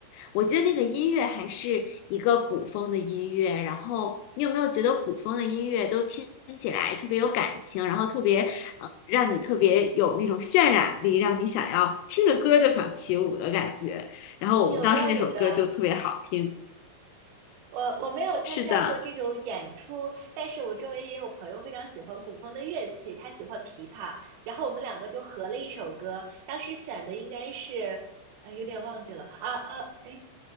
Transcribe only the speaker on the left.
我记得那个音乐还是一个古风的音乐，然后你有没有觉得古风的音乐都听起来特别有感情，然后特别呃，让你特别有那种渲染力，让你想要听着歌就想起舞的感觉。然后我们当时那首歌就特别好听。
是的，